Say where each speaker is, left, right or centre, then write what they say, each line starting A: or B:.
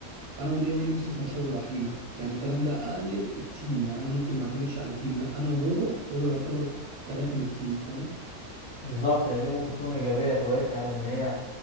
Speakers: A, on the right (about 65°); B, on the left (about 20°).
A: انا والاي اي نمسك مشروع لوحدينا يعني الكلام ده اقلل التيم يعني انا ممكن ما اعتمدش على تيم لا انا وهو هو يعتبر ثلاثة من التيم فاهم
B: بالظبط هي دي ممكن تكون ايجابيه كويسه يعني ان هي